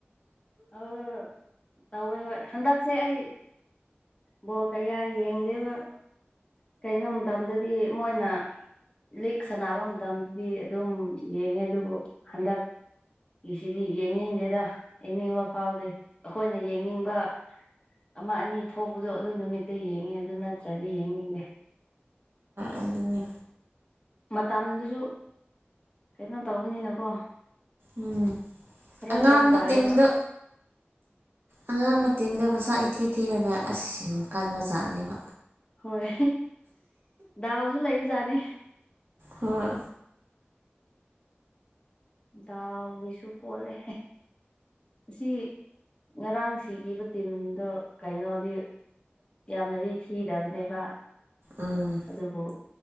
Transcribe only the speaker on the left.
ꯑꯣ ꯇꯧꯋꯦ ꯍꯣꯏ ꯍꯟꯗꯛꯁꯦ ꯑꯩ ꯕꯣ ꯀꯌꯥ ꯌꯦꯡꯗꯦꯕ ꯀꯩꯅꯣ ꯃꯇꯝꯗꯗꯤ ꯃꯣꯏꯅ ꯂꯤꯛ ꯁꯥꯟꯅꯕ ꯃꯇꯝꯗꯗꯤ ꯑꯗꯨꯝ ꯌꯦꯡꯉꯦ ꯑꯗꯨꯕꯨ ꯍꯟꯗꯛ ꯁꯤꯗꯤ ꯌꯦꯡꯅꯤꯡꯗꯦꯗ ꯌꯦꯡꯅꯤꯡꯕ ꯐꯥꯎꯗꯦ ꯑꯩꯈꯣꯏꯅ ꯌꯦꯡꯅꯤꯡꯕ ꯑꯃ ꯑꯅꯤ ꯊꯣꯛꯄꯗꯣ ꯑꯗꯨ ꯅꯨꯃꯤꯠꯇ ꯌꯦꯡꯉꯦ ꯑꯗꯨ ꯅꯠꯇ꯭ꯔꯗꯤ ꯌꯦꯡꯅꯤꯡꯗꯦ
ꯃꯇꯝꯗꯨꯁꯨ ꯀꯩꯅꯣ ꯇꯧꯕꯅꯤꯅꯀꯣ
ꯐꯔꯛ
ꯌꯥꯝ ꯇꯥꯏꯌꯦꯕ
ꯍꯣꯏ ꯗꯥꯎꯁꯨ ꯂꯩꯖꯥꯠꯅꯦ
ꯗꯎꯒꯤꯁꯨ ꯄꯣꯜꯂꯦ ꯁꯤ ꯉꯔꯥꯡ ꯁꯤꯈꯤꯕ ꯇꯤꯝꯗꯣ ꯀꯩꯅꯣꯗꯤ ꯌꯥꯝꯅꯗꯤ ꯊꯤꯗꯕꯅꯦꯕ
ꯑꯗꯨꯕꯨ